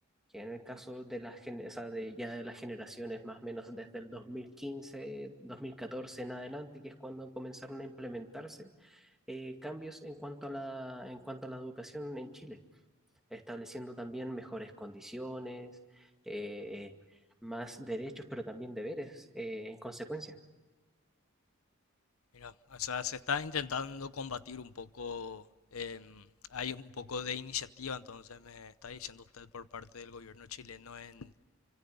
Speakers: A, in the centre; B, on the left.
A: que en el caso de las gen- o sea, de ya de las generaciones más o menos desde el 2015, 2014 en adelante, que es cuando comenzaron a implementarse eh, cambios en cuanto a la, en cuanto a la educación en Chile, estableciendo también mejores condiciones, eh, más derechos, pero también deberes eh, en consecuencia.
B: Mira, o sea, se está intentando combatir un poco, em, hay un poco de iniciativa, entonces me está diciendo usted por parte del gobierno chileno en,